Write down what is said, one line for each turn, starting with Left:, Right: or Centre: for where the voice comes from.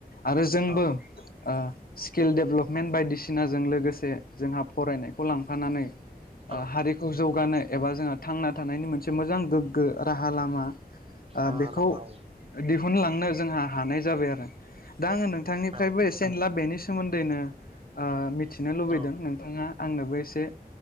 Left: आरो जोंबो
Right: औ
Left: ओ स्किल डेभेलपमेन्ट बायदिसिनाजों लोगोसे जोंहा फरायनायखौ लांफानानै ओ
Right: औ
Left: हारिखौ जौगानो एबा जोंहा थांना थानायनि मोनसे मोजां गोग्गो राहा लामा ओ
Right: राहा-लामाव
Left: बेखौ दिहुनलांनो जोंहा हानाय जाबाय आरो दा आङो नोंथांनिफ्रायबो
Right: औ
Left: एसे सेनला बेनि सोमोन्दैनो मिथिनो लुबैदों
Right: औ
Left: नोंथाङा आंनोबो एसे